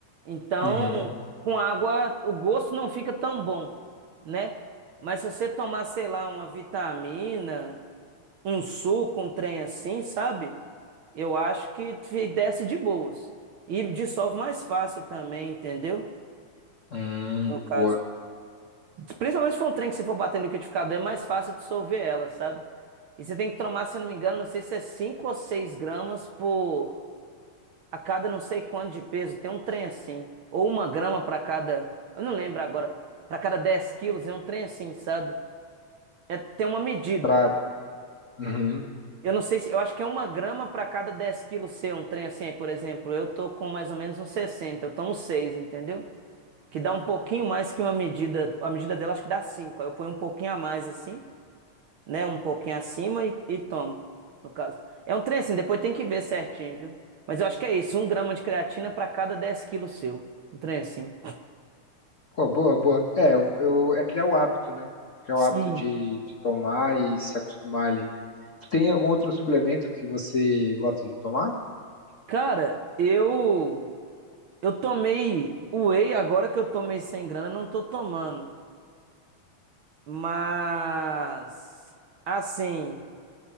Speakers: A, on the right; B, on the left.
A: Então,
B: Uhum.
A: com água, o gosto não fica tão bom, né? Mas se você tomar, sei lá, uma vitamina, um suco, um trem assim, sabe? Eu acho que te desce de boas. E dissolve mais fácil também, entendeu?
B: Hum,
A: No caso.
B: boa.
A: Principalmente se for um trem que você for bater no liquidificador, é mais fácil dissolver ela, sabe? E você tem que tomar, se eu não me engano, não sei se é 5 ou 6 gramas por a cada não sei quanto de peso. Tem um trem assim. Ou uma grama para cada. Eu não lembro agora. Para cada 10 quilos, é um trem assim, sabe? É, tem uma medida.
B: Pra, uhum.
A: Eu não sei se. Eu acho que é uma grama para cada 10 quilos ser um trem assim. Aí, por exemplo, eu tô com mais ou menos uns 60, Eu tomo 6, entendeu? Que dá um pouquinho mais que uma medida. A medida dela acho que dá 5. Aí eu ponho um pouquinho a mais assim. né? Um pouquinho acima e, e tomo, no caso. É um trem assim, depois tem que ver certinho, viu? Mas eu acho que é isso, um grama de creatina para cada dez quilos seu. Um trem assim.
B: Pô, boa, boa. É, eu, eu- é criar o hábito, né? Criar
A: Sim.
B: o hábito de, de tomar e se acostumar ali. Tu tem algum outro suplemento que você gosta de tomar?
A: Cara, eu eu tomei whey agora que eu tomei sem grana, não tô tomando. Mas assim,